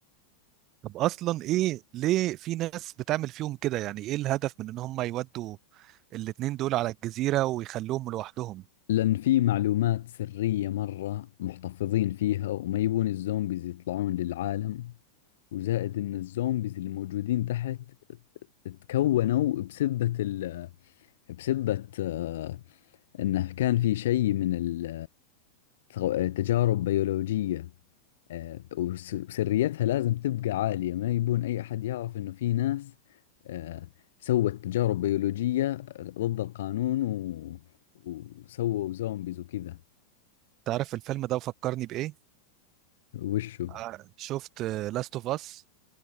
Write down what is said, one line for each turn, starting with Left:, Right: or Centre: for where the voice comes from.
Right: طب اصلا ايه ليه في ناس بتعمل فيهم كده يعني ايه الهدف من ان هم يودوا الاتنين دول على الجزيره ويخلوهم لوحدهم
Left: لأن في معلومات سرية مرة محتفظين فيها وما يبون الزومبيز يطلعون للعالم وزائد إن الزومبيز اللي موجودين تحت تكونوا بسبة ال بسبة آه، إنه كان في شيء من ال- آه، تجارب بيولوجية آه، وس- وسريتها لازم تبقى عالية ما يبون أي أحد يعرف إنه في ناس آه، سوت تجارب بيولوجية ضد القانون و... وسووا زومبيز وكذا
Right: تعرف الفيلم ده فكرني بايه
Left: وشو
Right: آه، شفت لاست اوف اس